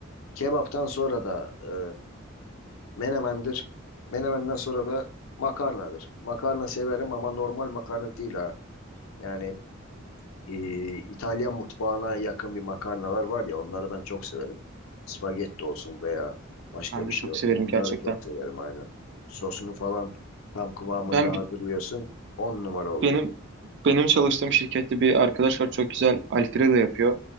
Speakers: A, on the left; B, on the right.
A: Kebaptan sonra da e, menemendir. Menemenden sonra da makarnadır. Makarna severim ama normal makarna değil ha. Yani e, İtalyan mutfağına yakın bir makarnalar var ya onları ben çok severim. Spagetti olsun veya başka
B: Ben de
A: bir
B: çok
A: şey olsun
B: severim
A: bunları
B: gerçekten.
A: çok severim aynen. Sosunu falan tam kıvamında
B: Ben
A: hazırlıyorsun. On numara oluyor.
B: Benim benim çalıştığım şirkette bir arkadaş var çok güzel Alfredo yapıyor.